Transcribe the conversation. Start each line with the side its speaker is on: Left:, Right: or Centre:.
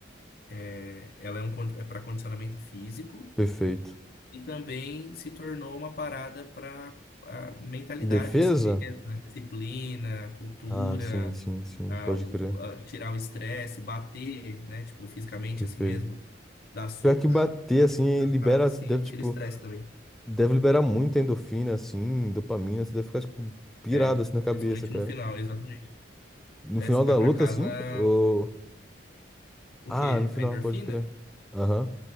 Left: é- ela é, um, con- é para condicionamento físico.
Centre: Perfeito.
Left: E também se tornou uma parada para a mentalidade,
Centre: Defesa?
Left: assim mesmo, a disciplina, a cultura,
Centre: Ah, sim, sim, sim.
Left: a-
Centre: Pode
Left: o-
Centre: crer.
Left: a tirar o estresse, bater, né? Tipo, fisicamente,
Centre: Perfeito.
Left: assim mesmo, dar soco,
Centre: Pior que bater,
Left: chute,
Centre: assim,
Left: a
Centre: libera,
Left: parada assim,
Centre: você deve,
Left: tira
Centre: tipo,
Left: estresse também.
Centre: deve liberar muita endorfina, assim, dopamina, você deve ficar, tipo, pirado,
Left: É,
Centre: assim, na cabeça,
Left: principalmente
Centre: cara.
Left: no final, exatamente.
Centre: No
Left: É,
Centre: final
Left: você vai
Centre: da
Left: para
Centre: luta,
Left: casa,
Centre: assim, ou...
Left: o
Centre: Ah,
Left: quê?
Centre: no final,
Left: A endorfina?
Centre: pode crer. Aham.